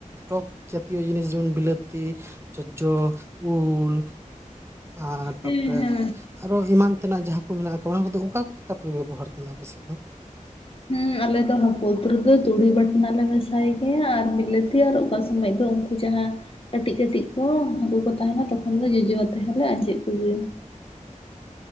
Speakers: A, on the right; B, on the left.
A: ᱴᱚᱠ ᱡᱛᱤᱭᱚ ᱡᱤᱱᱤᱥ ᱡᱮᱢᱚᱱ ᱵᱤᱞᱟᱹᱛᱤ ᱪᱚᱡᱡᱚ ᱩᱞ ᱟᱨ
B: ᱦᱮᱸ ᱦᱮᱸ
A: ᱛᱟᱨᱯᱚᱨᱮ
B: ᱦᱮᱸ
A: ᱟᱨᱚ ᱮᱢᱟᱱ ᱛᱮᱱᱟᱜ ᱡᱟᱦᱟᱸ ᱠᱚ ᱢᱮᱱᱟᱜ ᱠᱚᱣᱟ ᱚᱱᱟ ᱠᱚᱫᱚ ᱚᱠᱟ ᱞᱮᱠᱟ ᱯᱮ ᱵᱮᱵᱚᱦᱟᱨ ᱛᱟᱦᱮᱱᱟ ᱟᱯᱮ ᱥᱮᱫ ᱫᱚ
B: ᱦᱮᱸ ᱟᱞᱮ ᱫᱚ ᱦᱠᱩ ᱨᱮᱫᱚ ᱛᱩᱲᱤ ᱵᱟᱴᱱᱟ ᱞᱮ ᱢᱮᱥᱟᱭ ᱜᱮᱭᱟ ᱟᱨ ᱵᱤᱞᱮᱛᱮ ᱟᱨ ᱚᱠᱟ ᱥᱚᱢᱚᱭ ᱫᱚ ᱠᱩ ᱡᱟᱦᱟᱸ ᱠᱟᱹᱴᱤᱡ ᱠᱟᱹᱴᱤᱡ ᱠᱚ ᱦᱟᱹᱠᱩ ᱠᱚ ᱛᱟᱦᱮᱱᱟ ᱛᱚᱠᱷᱚᱱ ᱫᱚ ᱡᱚᱡᱚ ᱟ ᱛᱮᱦᱞᱮ ᱟᱸᱡᱮᱫ ᱠᱚᱜᱮᱭᱟ᱾